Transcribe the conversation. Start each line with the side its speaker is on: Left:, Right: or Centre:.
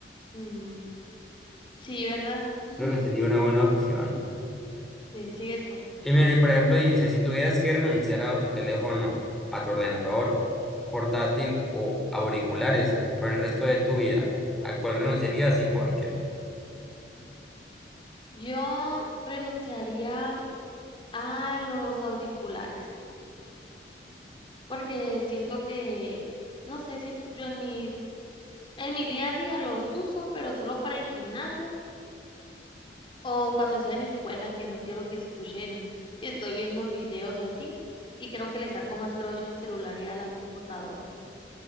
Left: Mm, sí, ¿verdad? <laughs>
Centre: Creo que sería una buena opción.
Left: Sí, sí, esto.
Centre: Y mira, y por ejemplo, dice, si tuvieras que renunciar a tu teléfono, a tu ordenador, portátil o auriculares por el resto de tu vida, ¿a cuál renunciarías y por qué?
Left: Yo renunciaría a los auriculares porque siento que, no sé, si yo en mi, en mi día a día los uso, pero solo para el gimnasio O cuando estoy en escuela que no quiero que escuchen que estoy viendo videos o así. Y creo que le saco más provecho al celular y a la computadora.